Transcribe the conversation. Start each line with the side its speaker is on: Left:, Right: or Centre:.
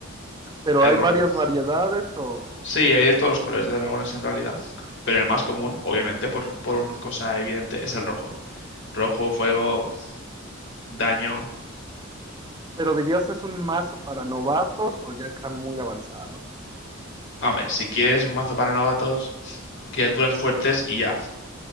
Right: Pero
Left: es
Right: hay
Left: rojo.
Right: varias variedades o...
Left: Sí, hay de todos los colores de dragones en realidad. Pero el más común, obviamente, por, por una cosa evidente, es el rojo. Rojo, fuego, daño.
Right: Pero dirías es un mazo para novatos o ya está muy avanzado.
Left: Hombre, si quieres un mazo para novatos, criaturas fuertes y ya.